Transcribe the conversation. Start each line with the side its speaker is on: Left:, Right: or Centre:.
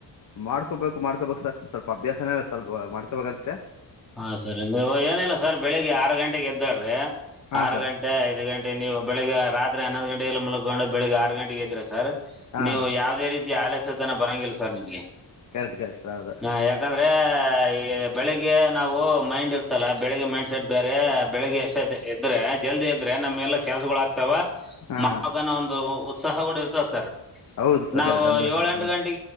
Left: ಮಾಡ್ಕೋಬೇಕು ಮಾಡ್ಕೋಬೇಕು ಸರ್ ಸ್ವಲ್ಪ ಅಭ್ಯಾಸನೇ ಸ್ವಲ್ಪ ಮಾಡ್ಕೋಬೇಕಾಗತ್ತೆ.
Centre: ಹಾ ಸರಿ ನೀವು ಏನಿಲ್ಲ ಸರ್ ಬೆಳಿಗ್ಗೆ ಆರು ಗಂಟೆಗೆ ಎದ್ದಾಡ್ರಿ
Left: ಹಾ
Centre: ಆರು
Left: ಸರ್
Centre: ಗಂಟೆ ಗಂ ಐದು ಗಟೆ ನೀವು ಬೆಳಿಗ್ ರಾತ್ರಿ ಹನ್ನೊಂದು ಗಂಟೆಗೆಲ್ಲ ಮಲ್ಕೊಂಡು ಬೆಳಿಗ್ಗೆ ಆರು ಗಂಟೆಗೆ ಎದ್ರೆ ಸರ್
Left: ಹಾ
Centre: ನೀವು ಯಾವದೇ ರೀತಿ ಆಲಸತನ ಬರಂಗಿಲ್ಲ ಸರ್ ನಿಮ್ಗೆ
Left: ಕರೆಕ್ಟ್ ಕರೆಕ್ಟ್ ಸರ್ ಹೌದು
Centre: ಹ ಯಾ ಯಾಕಂದ್ರೆ ಈ ಬೆಳಿಗ್ಗೆ ನಾವು ಮೈಂಡ್ ಇರ್ತಲ್ಲ ಬೆಳಿಗ್ಗೆ ಮೈಂಡ್ ಸೈಡ್ ಬೇರೆ ಬೆಳಗ್ಗೆ ಎಷ್ಟ ದ್ ಎದ್ರೆ ಜಲ್ದಿ ಇದ್ರೆ ನಮ್ಗೆಲ್ಲ ಕೆಲ್ಸಗಳಾಗ್ತದೆ ತವ
Left: ಹಾ
Centre: <unintelligible> ಒಂದು ಉತ್ಸಾಹ ಗುಡ ಇರ್ತದ ಸರ್
Left: ಹೌದು ಸರ್
Centre: ನಾವು
Left: ಕರೆಕ್ಟ್ ಹಂಡ್ರೆಡ್
Centre: ಏಳೆಂಟು
Left: ಪರ್ಸೆಂಟ್
Centre: ಗಂಟೆ